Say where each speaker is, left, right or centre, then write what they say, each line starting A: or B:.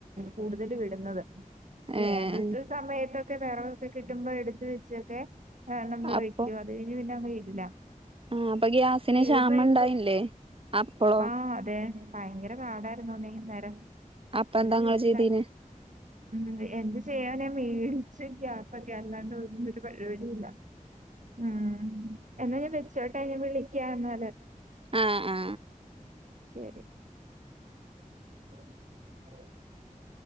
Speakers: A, on the right; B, on the right.
A: കൂടുതൽ വിടുന്നത് വേനലത്ത്
B: ഏഹ്
A: സമയത്തൊക്കെ വിറകൊക്കെ കിട്ടുമ്പോ എടുത്ത വെച്ചൊക്കെ ആ നമ്മള്
B: അപ്പൊ
A: വയ്ക്കും അത് കഴിഞ്ഞ് പിന്നെ അങ്ങ് ഇല്ല
B: ആഹ് അപ്പൊ ഗ്യാസിന്
A: തീർന്നായ
B: ക്ഷാമം ഇണ്ടായില്ലേ അപ്പളോ
A: ആ അതെ ഭയങ്കര പാടായിരുന്നുന്നേ അന്നേരം
B: അപ്പ എന്താങ്ങ
A: ഒരു വിധത്തില
B: ചെയ്തീന്
A: ഉം എന്ത് ചെയ്യാന മേടിച്ചരിക്ക അപ്പൊക്കെ അല്ലാണ്ട് ഒന്നും ഒരു പരിപാടി ഇല്ല ഉം എന്നാ ഞാൻ വെച്ചോട്ടേ ഞാൻ വിളിക്കാം എന്നാല്
B: ആ ആ
A: ശെരി <inaudible>